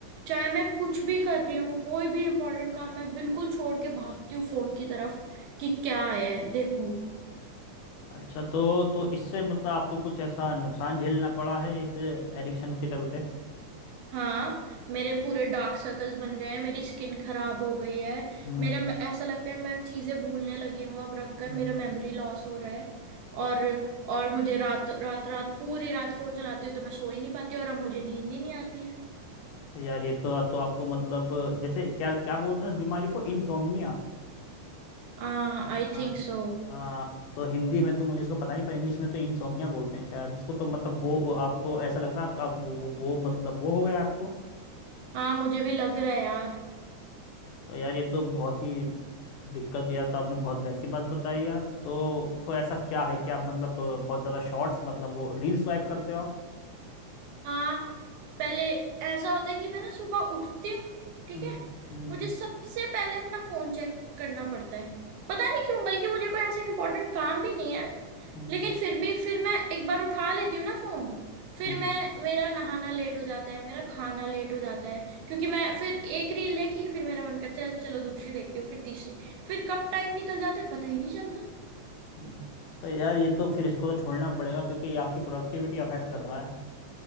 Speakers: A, on the right; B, on the left.
A: चाहे मैं कुछ भी कर रही हूँ कोई भी इम्पोर्टेंट काम मैं बिल्कुल छोड़ के भागती हूँ फोन की तरफ कि क्या है देखो
B: अच्छा तो तो इससे मतलब आपको कुछ ऐसा नुकसान झेलना पड़ा है इस एडिक्शन के चलते
A: हाँ मेरे पूरे डार्क सर्कल्स बन गए हैं मेरी स्किन खराब हो गई है
B: हम्म,
A: मेरे म- ऐसा लगता है मैं चीजें भूलने लगी हूँ अब रखकर
B: हम्म।
A: मेरा मेमोरी लॉस हो रहा है और और मुझे रात रात रात पूरी रात फोन चलाती हूँ तो मैं सो ही नहीं पाती और अब मुझे नींद ही नहीं आती है
B: तो यार ये तो तो आपको मतलब जैसे क्या क्या बोलते हैं इस बीमारी को इंसोम्निया
A: हाँ आई
B: हाँ
A: थिंक सो
B: हाँ तो हिंदी में तो मुझे इसको पता नहीं पर इंग्लिश में तो इंसोम्निया बोलते हैं शायद उसको तो मतलब वो वो आपको ऐसा लग रहा है आपका आप, वो वो वो मतलब वो हो गया आपको
A: हाँ मुझे भी लग रहा है यार
B: तो यार ये तो बहुत ही दिक्कत दिया तो आपने बहुत वैसी बात बताई यार तो तो ऐसा क्या है कि आप मतलब अ, बहुत ज्यादा शॉर्ट्स मतलब वो रील स्वाइप करते हो आप
A: हाँ पहले ऐसा होता है कि मैं ना सुबह उठती हूँ ठीक
B: हम्म
A: है
B: हम्म
A: मुझे सबसे पहले अपना फोन चेक करना पड़ता है पता नहीं क्यों बल्कि मुझे कोई ऐसा इंपॉर्टेंट काम भी नहीं है
B: हम्म
A: लेकिन फिर भी फिर मैं एक बार उठा लेती हूँ ना फोन फिर
B: हम्म
A: मैं मेरा नहाना लेट हो जाता है मेरा खाना लेट हो जाता है क्योंकि मैं फिर एक रील देखी फिर मेरा मन करता है चलो दूसरी देखती हूँ फिर तीसरी फिर कब टाइम निकल जाता है पता ही नहीं चलता
B: हम्म। तो यार ये तो फिर इसको तो छोड़ना पड़ेगा क्योंकि ये आपकी प्रोडक्टिविटी अफेक्ट कर रहा है